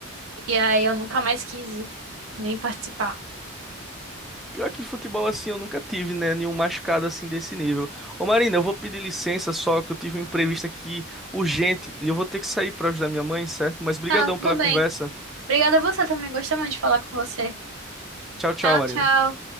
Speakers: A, on the right; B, in the centre.
A: e aí eu nunca mais quis ir, nem participar.
B: Pior que futebol assim, eu nunca tive, né? Nenhum machucado assim desse nível. Ô Marina, eu vou pedir licença só que eu tive um imprevisto aqui urgente e eu vou ter que sair pra ajudar minha mãe, certo? Mas brigadão
A: Ah, tudo
B: pela conversa.
A: bem. Obrigada a você também, gostei muito de falar com você.
B: Tchau, tchau,
A: Tchau,
B: Marina.
A: tchau.